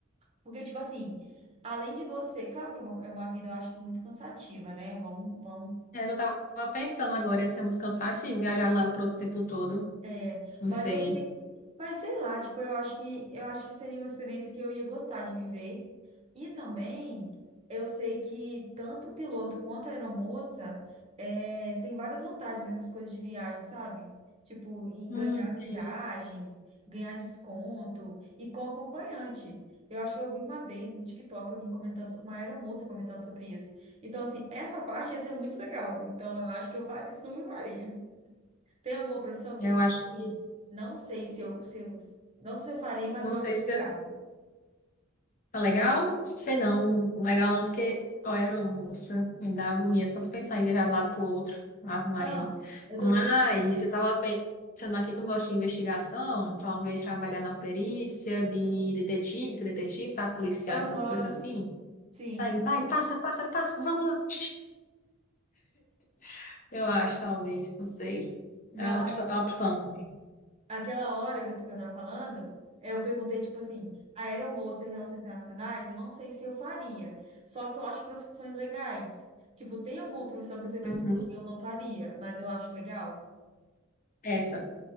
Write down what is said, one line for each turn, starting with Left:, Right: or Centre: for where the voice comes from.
Right: Porque, tipo assim, além de você, claro que é uma, é uma vida, eu acho que muito cansativa, né? Vamos, vamos
Left: É, eu tava pensando agora, ia ser muito cansativo viajar lá para outro tempo todo.
Right: É,
Left: Não
Right: mas
Left: sei.
Right: eu sei, mas sei lá, tipo, eu acho que eu acho que seria uma experiência que eu ia gostar de viver. E também eu sei que tanto o piloto quanto a aeromoça é, tem várias vantagens nessas coisas de viagem, sabe? Tipo, em
Left: Hum,
Right: ganhar
Left: entendi.
Right: viagens, ganhar desconto e com acompanhante. Eu acho que eu vi uma vez no TikTok alguém comentando, uma aeromoça comentando sobre isso. Então, assim, essa parte ia ser muito legal. Então, eu acho que eu faria, super faria. Tem alguma profissão que
Left: Eu
Right: você pensa
Left: acho
Right: assim?
Left: que.
Right: Não sei se eu, se eu, não sei se eu faria, mas
Left: Não
Right: eu
Left: sei
Right: acho
Left: se
Right: legal.
Left: eu. Tá legal? Sei não. Legal não, porque, ó, era moça, me dá agonia só de pensar em viajar de um lado pro outro. Ave Maria.
Right: Não, eu
Left: Mas
Right: tô perguntando.
Left: eu tava pensando aqui, como eu gosto de investigação, talvez trabalhar na perícia de detetive, ser detetive, sabe, policial,
Right: Aham,
Left: essas coisas assim.
Right: sim.
Left: Segue, vai, passa, passa, passa, vamos lá. <laughs> <tsk> Eu acho, talvez, não sei. É
Right: Não,
Left: uma opção,
Right: a-
Left: é uma opção também.
Right: aquela hora que eu, que eu tava falando, eh, eu perguntei, tipo assim, aeromoça e relações internacionais, eu não sei se eu faria. Só que eu acho profissões legais. Tipo, tem alguma profissão que você pensa
Left: Uhum.
Right: que eu não faria, mas eu acho legal?
Left: Essa.